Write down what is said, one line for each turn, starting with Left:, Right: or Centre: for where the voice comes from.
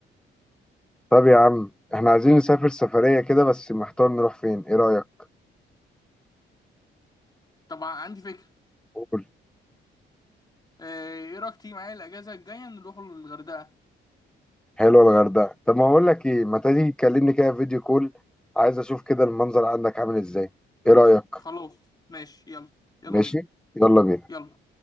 Centre: طب يا عم احنا عايزين نسافر سفريه كده بس محتار نروح فين ايه رايك
Left: طبعا عندي فكره
Centre: قول
Left: آه، ايه رايك تيجي معايا الاجازه الجايه نروح الغردقه
Centre: حلوه الغردقه طب ما اقول لك ايه ما تيجي تكلمني كده فيديو كول عايز اشوف كده المنظر عندك عامل ازاي ايه رايك
Left: خلاص ماشي يلا يلا
Centre: ماشي
Left: بينا
Centre: يلا بينا
Left: يلا